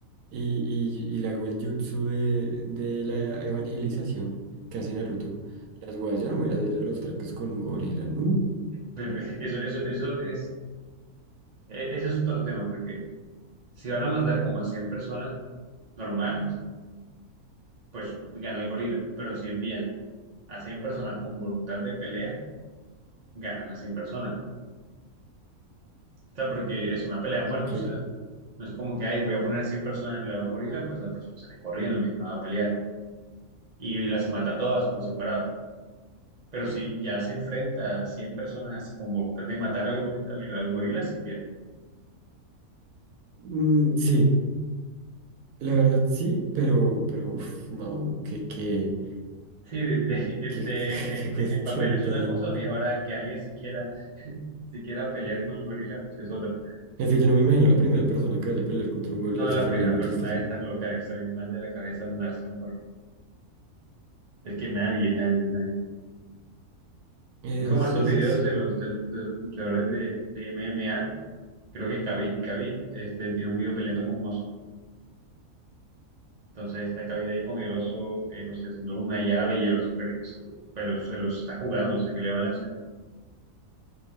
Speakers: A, on the right; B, on the right.
A: Y, y, y le hago el jutsu de, de la evangelización que hace Naruto. Las weas, yo no me voy a hacer los traques con un gorila, ¿no?
B: pero <laughs> eso, eso, eso es Eh, ese es otro tema, porque si van a mandar como a 100 personas normales, pues gana el gorila. Pero si envían a 100 personas con voluntad de pelea, ganan las 100 personas. O sea, porque es una pelea a muerte.
A: Ok.
B: O sea, no es como que, ay, voy a poner 100 personas al lado de un gorila, pues las personas salen corriendo, ninguna va a pelear. Y las mata a todas por separado. Pero si ya se enfrenta a 100 personas así con voluntad de matar al, go- al al gorila, si
A: Mm, sí, la verdad sí, pero, pero, uff, no, qué, qué,
B: Sí, de, de, de-
A: qué,
B: de-
A: <laughs>
B: eh,
A: qué cuestión
B: en papel es
A: tan.
B: una cosa, y ahora que alguien siquiera, <laughs> siquiera pelear con el gorila es otra.
A: Es que yo no me imagino la primera persona que vaya a pelear contra un gorila,
B: No,
A: o
B: la
A: sea, se
B: primera
A: me haría muy
B: persona
A: chistoso.
B: debe estar loca, debe estar bien mal de la cabeza mandárselo a un gorila. Es que nadie, nadie, nadie.
A: Eh,
B: Es Como
A: sí,
B: estos videos
A: sí, sí.
B: de los, de los, de los luchadores de, de MMA, creo que Khabib, Khabib, este, tiene un video peleando con un oso. Entonces está Khabib ahí con el oso, eh, no sé, haciendo una llave y el oso, pero el oso está jugando, o sea, ¿qué le van a hacer?